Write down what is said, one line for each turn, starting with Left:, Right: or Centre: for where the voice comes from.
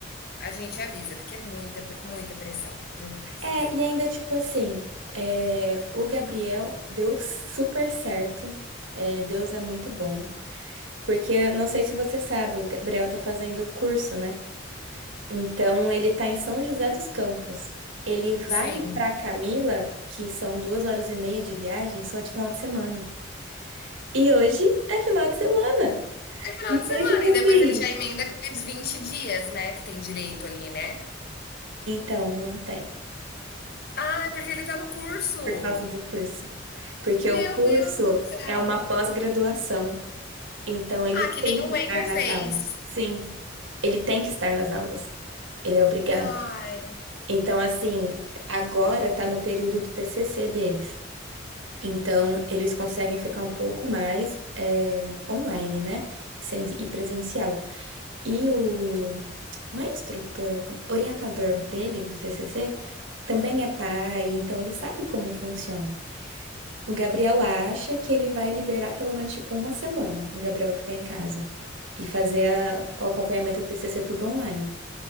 Left: a gente avisa", porque é muita pre muita pressão, muita pressão.
Right: É, e ainda, tipo assim, é, o Gabriel deu super certo. É, Deus é muito bom. Porque, eu não sei se você sabe, o Gabriel tá fazendo curso, né? Então, ele tá em São José dos Campos. Ele vai
Left: Sim,
Right: pra Camila, que são duas horas e meia de viagem, só de final de semana. E hoje é final de semana.
Left: é final
Right: Então,
Left: de semana
Right: tipo
Left: e
Right: assim.
Left: depois ele já emenda aqueles 20 dias, né, que tem direito ali, né.
Right: Então, não tem,
Left: Ai, porque ele tá no curso.
Right: por causa do curso. Porque
Left: Meu
Right: o curso
Left: Deus do céu.
Right: é uma pós-graduação. Então, ele
Left: Ah, que
Right: tem
Left: nem
Right: que
Left: o Wendel
Right: estar nas
Left: fez.
Right: aulas. Sim, ele tem que estar nas aulas. Ele é obrigado.
Left: Ai.
Right: Então, assim, agora tá no período do TCC deles. Então, eles conseguem ficar um pouco mais é, online, né? E, sem, e presencial. E o. Não é instrutor, como- orientador dele, do TCC, também é pai, então ele sabe como funciona. O Gabriel acha que ele vai liberar pelo menos, tipo, uma semana o Gabriel vai ficar em casa e fazer a- o acompanhamento do TCC tudo online.